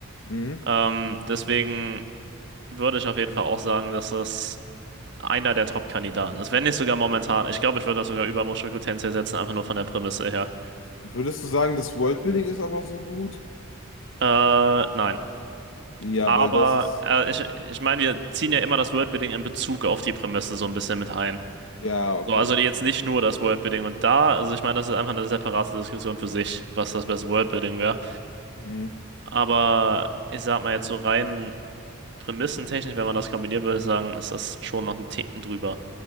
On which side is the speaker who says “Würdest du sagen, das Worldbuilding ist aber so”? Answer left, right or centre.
Left